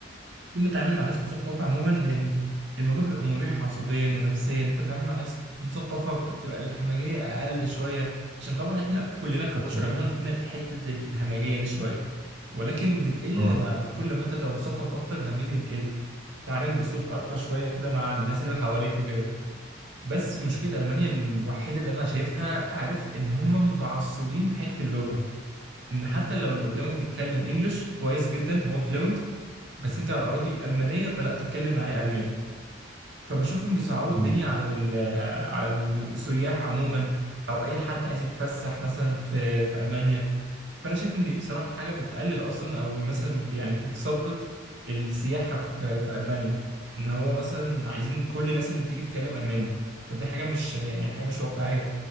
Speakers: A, on the right; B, on the right.
A: تكون بتتعامل مع ناس مثقفة عموما يعني الموضوع بيبقى مريح عصبيا ونفسيا إن انت بتتعامل مع ناس مثقفة بتبقى الهمجية اقل شوية عشان طبعا احنا كلنا كبشر
B: بالظبط
A: عموما فينا حتة الهمجية دي شوية ولكن بتقل
B: اه
A: مع كل ما انت تبقى مثقف اكتر الهمجية دي بتقل تعامل باسلوب ارقى شوية كده مع الناس اللي حواليك وكده بس مشكلة المانيا الوحيدة اللي انا شايفها عارف ان هم متعصبين في حتة اللغة ان حتى لو اللي قدامك بيتكلم انجلش كويس جدا هو فلوينت بس انت على اراضي المانية فلا تتكلم معايا الماني فبشوفهم بيصعبوا
B: عن-
A: الدنيا على ال- على السياح عموما او اي حد عايز يتفسح مثلا في في المانيا فانا شايف ان دي بصراحه حاجه بتقلل اصلا او مثلا يعني بتثبط السياحه في في المانيا ان هو مثلا عايزين كل الناس اللي بتيجي تتكلم الماني طب دي حاجه مش يعني حاجه مش واقعيه